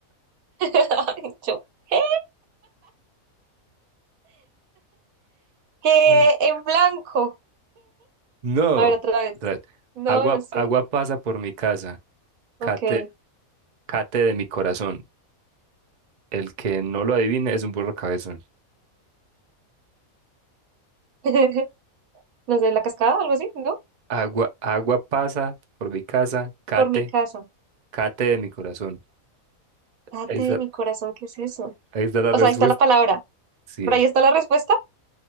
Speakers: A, on the right; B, on the right.
A: Ay, yo, ¿eh? Eh,
B: <laughs>
A: en blanco.
B: No.
A: A ver, otra vez.
B: Otra vez.
A: No,
B: Agua,
A: no sé.
B: agua pasa por mi casa. Cate,
A: Ok.
B: cate de mi corazón. El que no lo adivine es un burro cabezón.
A: <laughs> No sé, la cascada o algo así, ¿no?
B: Agua, agua pasa por mi casa. Cate,
A: Por mi casa.
B: cate de mi corazón.
A: Date
B: Esa,
A: de mi corazón, ¿qué es eso?
B: ahí está la
A: O
B: respuesta.
A: sea, ahí está la palabra.
B: Sí,
A: Por ahí está la respuesta.